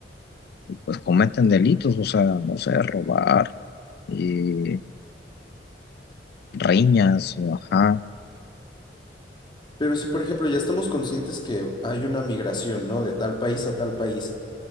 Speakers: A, on the left (about 60°); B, on the left (about 25°).
A: pues cometen delitos, o sea, no sé, robar, eh, riñas, o ajá,
B: Pero si, por ejemplo, ya estamos conscientes que hay una migración, ¿no? De tal país a tal país.